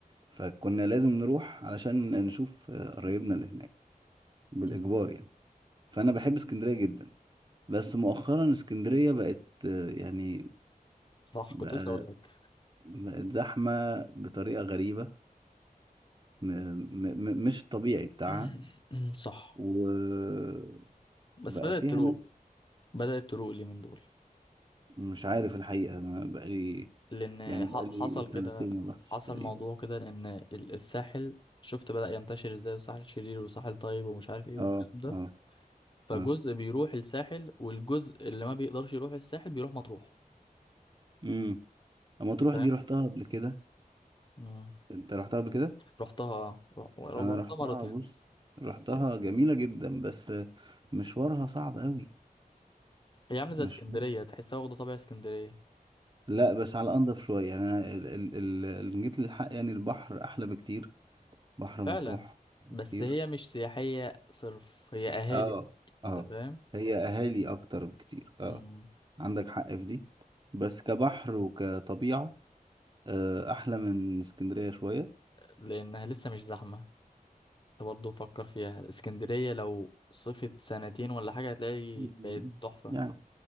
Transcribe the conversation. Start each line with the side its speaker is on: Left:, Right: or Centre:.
Right: فكنا لازم نروح علشان نشوف قرايبنا اللي هناك بالاجبار
Left: أمم.
Right: يعني فانا بحب اسكندرية جدا بس مؤخرا اسكندرية بقت آه، يعني
Left: صح
Right: بقى
Left: كنت لسه اقول لك
Right: بقت زحمة بطريقة غريبة م م م مش الطبيعي بتاعها
Left: <clears throat> صح
Right: وبقى
Left: بس بدأت
Right: فيها
Left: تروق
Right: ناس
Left: بدأت تروق اليومين دول
Right: مش عارف الحقيقة أنا بقالي
Left: لان
Right: يعني
Left: ح-
Right: بقالي
Left: حصل كده
Right: سنتين ما رحتش
Left: حصل
Right: تقريبا
Left: موضوع كده لان ال- الساحل شفت بدأ ينتشر ازاي الساحل شرير وساحل طيب ومش عارف ايه والكلام
Right: اه
Left: ده
Right: اه
Left: فجزء
Right: اه
Left: بيروح الساحل والجزء اللي ما بيقدرش يروح الساحل بيروح مطروح
Right: امم اما تروح
Left: أنت فاهم
Right: دي رحتها قبل كده
Left: امم
Right: انت رحتها قبل كده
Left: رحتها آه. ر-
Right: انا
Left: رحتها
Right: رحتها
Left: مرتين
Right: بص رحتها جميلة جدا بس مشوارها صعب قوي
Left: هي عامله زي
Right: مش
Left: اسكندريه تحسها واخده طابع اسكندريه
Right: لا بس على انضف شوية يعني انا ال- ال- ال- اللي جيت للحق يعني البحر احلى بكتير بحر مطروح
Left: فعلا
Right: بكتير
Left: بس هي مش سياحيه صرف هي اهالي
Right: اه اه
Left: انت فاهم
Right: هي اهالي اكتر بكتير اه
Left: مم.
Right: عندك حق في دي بس كبحر وكطبيعة آه، احلى من اسكندرية شوية
Left: لانها لسه مش زحمه انت برضه فكر فيها الاسكندرية لو صفت سنتين ولا حاجة هتلاقي
Right: <laughs> مم.
Left: بقت تحفة
Right: يعني